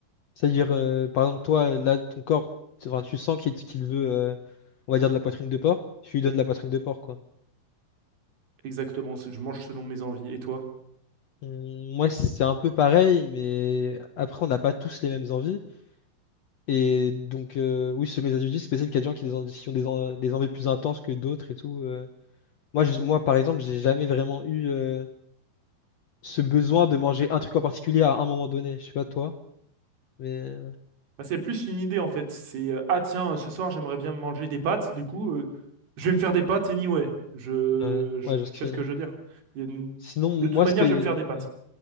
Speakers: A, on the left; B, on the right.
A: C'est-à-dire, euh, par exemple, toi, là, ton corps, tu enfin, tu sens qu'il qu'il veut, euh, on va dire, de la poitrine de porc. Tu lui donnes de la poitrine de porc, quoi.
B: Exactement, c'est- je mange selon mes envies. Et toi?
A: Hum, Moi, c'est un peu pareil, mais après, on n'a pas tous les mêmes envies. Et donc, euh, oui, selon les individus, c'est possible qu'il y a des gens qui, ont des, qui ont des en- des envies plus intenses que d'autres et tout. euh. Moi, je- moi, par exemple, j'ai jamais vraiment eu euh, ce besoin de manger un truc en particulier à un moment donné. Je sais pas toi, mais euh,
B: Bah, c'est plus une idée, en fait. C'est euh, ah tiens, euh, ce soir, j'aimerais bien manger des pâtes. Du coup, euh, je vais me faire des pâtes anyway. Je,
A: ouais,
B: je...
A: ouais, je vois ce que
B: Tu
A: tu
B: vois
A: veux
B: ce
A: dire.
B: que je veux dire? Il y a une-
A: Sinon, moi,
B: De toute manière,
A: ce que,
B: je vais me faire des pâtes.
A: ouais.